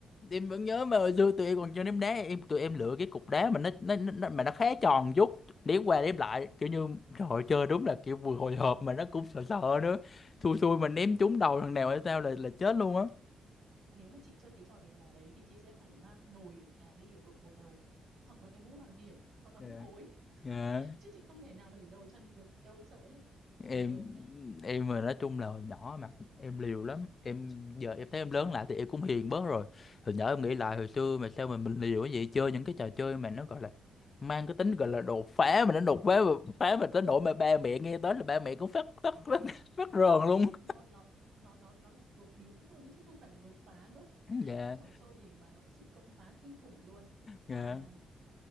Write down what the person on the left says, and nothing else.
em vẫn nhớ mà hồi xưa tụi em còn chơi ném đá em tụi em lựa cái cục đá mà nó nó, nó mà nó khá tròn chút ném qua ném lại kiểu như trời ơi, chơi đúng là kiểu vừa hồi hộp mà nó cũng sợ sợ nữa xui xui mà ném trúng đầu thằng nào hay sao là là chết luôn á
dạ
dạ
em
em mà nói chung là hồi nhỏ mà em liều lắm em giờ em thấy em lớn lại thì em cũng hiền bớt rồi hồi nhỏ em nghĩ lại hồi xưa mà sao mà mình liều cái gì chơi những cái trò chơi mà nó gọi là mang cái tính gọi là đột phá mà nó đột phá mà phá mà tới nỗi mà ba mẹ nghe tới là ba mẹ cũng phát phát phát, phát rờn luôn
dạ
dạ